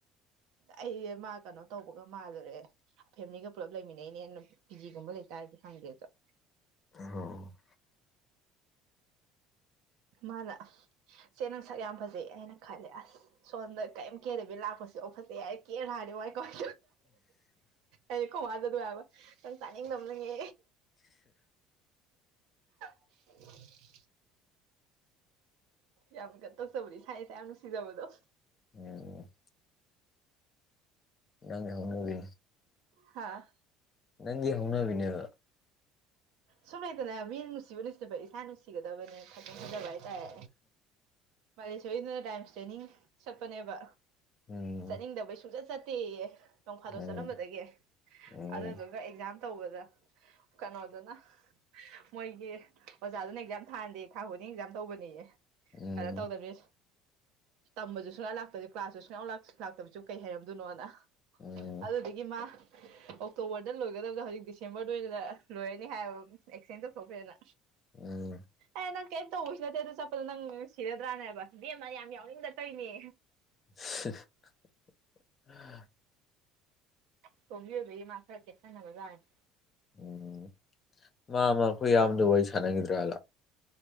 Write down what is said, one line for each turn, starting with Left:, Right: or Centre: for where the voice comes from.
Right: ꯑꯩ ꯃꯥ ꯀꯩꯅꯣ ꯇꯧꯕꯒ ꯃꯥꯜꯂꯨꯔꯦ ꯐꯦꯃꯦꯂꯤꯒ ꯄꯨꯂꯞ ꯂꯩꯃꯤꯟꯅꯩꯅꯦ ꯄꯤ ꯖꯤꯒꯨꯝꯕ ꯂꯩꯇꯥꯔꯗꯤ ꯍꯪꯗꯦ ꯆꯠ
Left: ꯑꯣ
Right: ꯃꯥꯅ ꯆꯦ ꯅꯪ ꯁꯛ ꯌꯥꯝ ꯐꯖꯩ ꯍꯥꯏꯅ ꯈꯜꯂꯦ ꯑꯁ ꯁꯣꯝꯗ ꯀꯔꯤꯝ ꯀꯦꯗꯕꯤ ꯂꯥꯛꯄꯁꯤ ꯐꯥꯎ ꯐꯖꯩ ꯌꯥꯏꯔꯦ ꯀꯦꯔ ꯂꯥꯛꯑꯗꯤ ꯋꯥꯏ ꯀꯣꯏ ꯑꯩ ꯀꯣꯃꯥꯖꯨ ꯑꯗꯨ ꯍꯥꯏꯕ ꯅꯪ ꯇꯥꯅꯤꯡꯗꯕꯅ ꯉꯦ <unintelligible> ꯌꯥꯝ ꯀꯩꯅꯣ ꯇꯣꯖꯕꯗꯣ ꯏꯁꯥ ꯏꯁꯥ ꯌꯥꯝ ꯅꯨꯡꯁꯤꯖꯕꯗꯣ
Left: <unintelligible> ꯅꯪꯒꯤ ꯍꯧꯅꯕꯤ
Right: ꯍꯥꯥ
Left: ꯅꯪꯒꯤ ꯍꯧꯅꯕꯤꯅꯦꯕ
Right: ꯁꯨꯝ ꯂꯩꯗꯅ ꯃꯤꯅ ꯅꯨꯡꯁꯤꯕ ꯅꯨꯡꯁꯤꯗꯕ ꯏꯁꯥ ꯅꯨꯡꯁꯤꯒꯗꯕꯅꯦ ꯈꯛꯇꯪ ꯐꯖꯕ ꯍꯥꯏꯇꯥꯔꯦ ꯄꯥꯂꯦꯁꯣꯔꯤꯅ ꯔꯥꯏꯝ ꯇ꯭ꯔꯦꯅꯤꯡ ꯆꯠꯄꯅꯦꯕ
Left: ꯎꯝ
Right: ꯆꯠꯅꯤꯡꯗꯕꯩ ꯁꯨꯡꯆꯠ ꯆꯠꯇꯦꯌꯦ ꯅꯣꯡ ꯐꯥꯗꯣꯛ
Left: ꯎꯝ
Right: ꯆꯠꯂꯝꯕꯗꯒꯤ
Left: ꯎꯝ
Right: ꯑꯗꯨꯗꯨꯒ ꯑꯦꯛꯖꯥꯝ ꯇꯧꯕꯗ ꯀꯩꯅꯣꯗꯨꯅ ꯃꯣꯏꯒꯤ ꯑꯣꯖꯥꯗꯨꯅ ꯑꯦꯛꯖꯥꯝ ꯊꯥꯍꯟꯗꯦ ꯊꯥ ꯈꯩꯗꯤꯡꯒꯤ ꯑꯦꯛꯖꯥꯝ ꯇꯧꯕꯅꯦꯌꯦ
Left: ꯎꯝ
Right: ꯑꯗꯥ ꯇꯧꯗꯕꯤ ꯇꯝꯕꯁꯨ ꯁꯨꯛꯂꯥꯛꯇꯕ ꯀ꯭ꯂꯥꯁꯁꯨ ꯁꯨꯡꯌꯥꯎ ꯂꯥꯛꯇꯕꯁꯨ ꯀꯩ ꯍꯩꯔꯝꯗꯣꯏꯅꯣꯅ
Left: ꯎꯝ
Right: ꯑꯗꯨꯗꯨꯒꯤ ꯃꯥ ꯑꯣꯛꯇꯣꯕꯔꯗ ꯂꯣꯏꯒꯗꯕꯗ ꯍꯧꯖꯤꯛ ꯗꯤꯁꯦꯝꯕꯔꯗ ꯑꯣꯏꯅ ꯂꯣꯏꯔꯅꯤ ꯍꯥꯏ ꯑꯦꯛꯁꯗꯦꯟ ꯇꯧꯊꯣꯛꯈꯔꯦꯅ
Left: ꯎꯝ
Right: ꯑꯦ ꯅꯪ ꯀꯔꯤꯝ ꯇꯧꯕꯁꯨ ꯅꯠꯇꯦ ꯑꯗꯨ ꯆꯠꯄꯗꯣ ꯅꯪ ꯁꯤꯔꯗ꯭ꯔꯥꯅ ꯍꯥꯏꯕ ꯏꯕꯦꯝꯃ ꯌꯥꯝ ꯌꯥꯎꯅꯤꯡꯗ ꯇꯧꯏꯅꯦ
Left: <unintelligible>
Right: ꯑꯇꯣꯝꯕꯤ ꯑꯣꯏꯕ ꯃꯥ ꯈ꯭ꯔ ꯀꯦꯁꯟꯅꯕꯖꯥꯅꯦ
Left: ꯎꯝ ꯃꯥꯝꯃ ꯑꯩꯈꯣꯏ ꯑꯖꯥꯝꯕꯗꯨꯒ ꯋꯥꯔꯤ ꯁꯥꯟꯅꯈꯤꯗ꯭ꯔꯥꯂꯥ